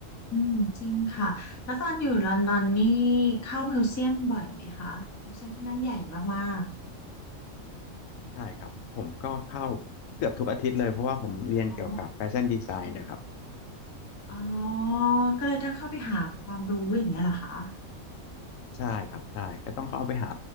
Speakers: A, on the left (about 20°); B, on the left (about 75°).
A: มจริงค่ะแล้วตอนอยู่ลอนดอนนี่เข้ามิวเซียมบ่อยไหมคะมิวเซียมที่นั่นใหญ่มาก
B: ใช่ครับผมก็เข้าเกือบทุกอาทิตย์เลยเพราะว่าผมเรียนเกี่ยวกับแฟชั่นดีไซน์นะครับ
A: ๆอ๋ออ๋อก็เลยต้องเข้าไปหาความรู้อย่างเงี้ยเหรอคะ
B: ใช่ครับใช่ก็ต้องเข้าไปหา